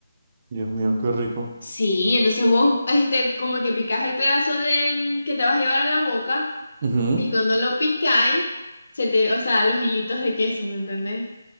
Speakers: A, on the right (about 40°); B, on the left (about 60°).
A: Dios mío, qué rico.
B: Sí, entonces vos, este, como que picás el pedazo de mm, que te vas a llevar a la boca.
A: Ujú,
B: Y cuando lo picáis, se te, o sea, los hilitos de queso, ¿me entendéis?